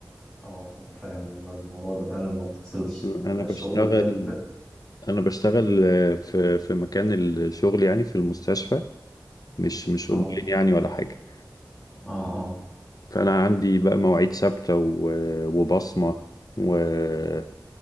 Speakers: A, in the centre; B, on the left (about 55°).
A: اه فاهم والله الموضوع ده فعلا ما بتفصلش
B: انا
A: الشغل
B: بشتغل
A: بجد
B: انا بشتغل آه، في في مكان الشغل يعني في المستشفى مش مش
A: اه
B: اونلاين يعني ولا حاجة
A: اه اه
B: فانا عندي بقى مواعيد ثابتة و- وبصمة و-